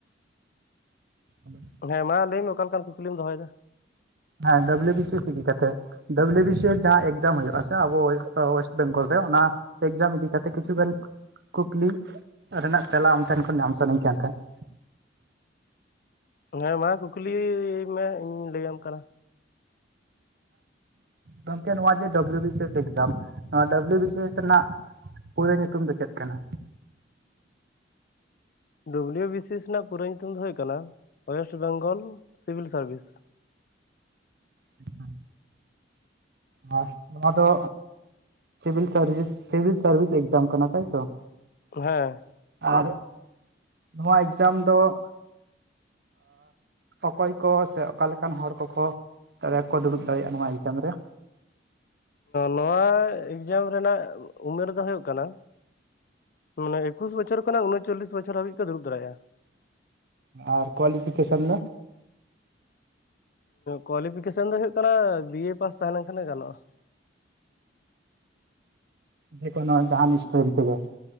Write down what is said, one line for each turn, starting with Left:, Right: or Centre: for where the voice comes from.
Right: ᱟᱫᱚ
Left: ᱦᱮᱸ ᱢᱟ ᱞᱟᱹᱭ ᱢᱮ ᱚᱠᱟ ᱞᱮᱠᱟᱱ ᱠᱩᱠᱞᱤᱢ ᱫᱚᱦᱚ ᱭᱮᱫᱟ ᱾
Right: ᱦᱮᱸ ᱰᱟᱵᱞᱩ ᱵᱤ ᱥᱤ ᱮᱥ ᱤᱫᱤ ᱠᱟᱛᱮ ᱾ ᱰᱟᱵᱞᱤᱭᱩ ᱵᱤ ᱥᱤ ᱮᱥ ᱡᱟᱦᱟᱸ ᱮᱠᱡᱟᱢ ᱦᱩᱭᱩᱜᱼᱟ ᱥᱮ ᱟᱵᱚ ᱚᱭᱮᱥᱴ ᱵᱮᱝᱜᱚᱞ ᱨᱮ ᱚᱱᱟᱼᱼ ᱮᱠᱡᱟᱢ ᱤᱫᱤ ᱠᱟᱛᱮᱫ ᱠᱤᱪᱷᱩ ᱜᱟᱱ ᱠᱩᱠᱞᱤ ᱨᱮᱱᱟᱜ ᱛᱮᱞᱟ ᱟᱢ ᱴᱷᱮᱱ ᱠᱷᱚᱱ ᱧᱟᱢ ᱥᱟᱹᱱᱟᱧ ᱠᱟᱱ ᱛᱟᱦᱮᱸᱫ᱾ <inaudible>
Left: ᱦᱮᱸ ᱢᱟ ᱠᱩᱠᱞᱤᱭ ᱢᱮ ᱤᱧ ᱞᱟᱹᱭᱟᱢ ᱠᱟᱱᱟ ᱾
Right: ᱜᱚᱢᱠᱮ ᱱᱚᱣᱟ ᱡᱮ W B C S exam, ᱱᱚᱣᱟ ᱰᱟᱵᱞᱤᱭᱩ ᱵᱤ ᱥᱤ ᱮᱥ ᱨᱮᱱᱟᱜᱼᱼ ᱯᱩᱨᱟᱹ ᱧᱩᱛᱩᱢ ᱫᱚ ᱪᱮᱫ ᱠᱟᱱᱟ?
Left: ᱰᱟᱵᱞᱤᱭᱩ ᱵᱤ ᱥᱤ ᱮᱥ ᱨᱮᱱᱟᱜ ᱯᱩᱨᱟᱹ ᱧᱩᱛᱩᱢ ᱫᱚ ᱦᱩᱭᱩᱜ ᱠᱟᱱᱟ ᱳᱭᱮᱥᱴ ᱵᱮᱝᱜᱚᱞ ᱥᱤᱵᱷᱤᱞ ᱥᱟᱨᱵᱷᱤᱥ ᱾
Right: ᱦᱮ <unintelligible> ᱦᱚ ᱱᱚᱣᱟ ᱫᱚᱼᱼ civil service civil service exam ᱠᱟᱱᱟ ᱛᱟᱭᱛᱚ?
Left: ᱦᱮᱸ
Right: ᱟᱨ ᱱᱚᱣᱟ ᱮᱠᱡᱟᱢ ᱫᱚ ᱼᱼ ᱚᱠᱚᱭ ᱠᱚ ᱥᱮ ᱚᱠᱟ ᱞᱮᱠᱟᱱ ᱦᱚᱲ ᱠᱚᱠᱚᱼᱼ ᱥᱮᱨᱮᱯ ᱠᱚ ᱫᱩᱲᱩᱵ ᱫᱟᱲᱮ ᱭᱟᱜᱼᱟ ᱱᱚᱣᱟ ᱮᱠᱡᱟᱢ ᱨᱮ?
Left: ᱱᱚᱣᱟ ᱮᱠᱡᱟᱢ ᱨᱮᱱᱟᱜ ᱩᱢᱮᱨ ᱫᱚ ᱦᱩᱭᱩᱜ ᱠᱟᱱᱟᱼᱼ ᱢᱟᱱᱮ ᱮᱠᱩᱥ ᱵᱚᱪᱷᱚᱨ ᱠᱷᱚᱱᱟᱜ ᱩᱱᱚᱪᱚᱞᱞᱤᱥ ᱵᱚᱪᱷᱚᱨ ᱦᱟᱹᱵᱤᱡ ᱠᱚ ᱫᱩᱲᱩᱵ ᱫᱟᱲᱮᱭᱟᱜᱼᱟ᱾
Right: ᱟᱨ ᱠᱳᱣᱟᱞᱤ ᱯᱷᱤᱠᱮᱥᱚᱱ ᱫᱚ?
Left: ᱠᱳᱣᱟᱞᱤᱯᱷᱤᱠᱮᱥᱚᱱ ᱫᱚ ᱦᱩᱭᱩᱜ ᱠᱟᱱᱟ ᱵᱤ ᱮ ᱯᱟᱥ ᱛᱟᱦᱮᱸ ᱞᱮᱱ ᱠᱷᱟᱱᱜᱮ ᱜᱟᱱᱚᱜᱼᱟ᱾
Right: ᱡᱮ ᱠᱳᱱᱳ ᱡᱟᱦᱟᱱ ᱥᱴᱨᱤᱢ ᱛᱮᱜᱮ᱾